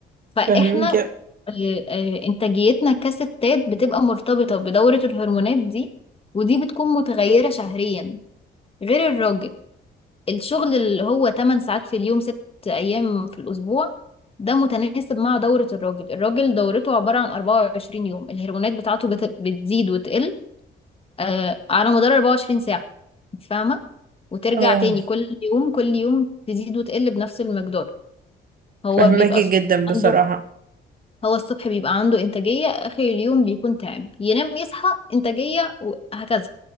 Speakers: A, on the left; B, on the right.
A: فإحنا
B: فاهمك
A: آه، آه، إنتاجيتنا كستات بتبقى مرتبطة بدورة الهرمونات دي ودي بتكون متغيرة شهريا غير الراجل الشغل اللي هو 8 ساعات في اليوم 6 أيام في الأسبوع ده متناسب مع دورة الراجل الراجل دورته عبارة عن 24 يوم الهرمونات بتاعته بت- بتزيد وتقل آه، على مدار 24 ساعة انت فاهمة وترجع
B: اه
A: تاني كل يوم كل يوم تزيد وتقل بنفس المقدار هو
B: فهماكي
A: بيبقى الص-
B: جدا
A: عنده
B: بصراحة
A: هو الصبح بيبقى عنده إنتاجية آخر اليوم بيكون تعب ينام يصحى إنتاجية وهكذا